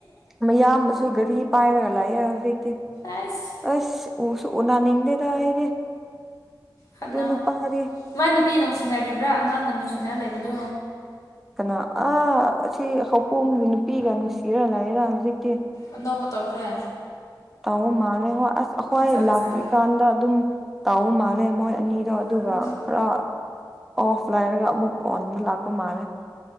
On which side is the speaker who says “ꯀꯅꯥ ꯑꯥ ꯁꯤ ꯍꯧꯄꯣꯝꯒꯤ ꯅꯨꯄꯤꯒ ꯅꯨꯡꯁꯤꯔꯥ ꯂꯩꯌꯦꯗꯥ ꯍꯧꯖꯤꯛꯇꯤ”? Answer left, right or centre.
Centre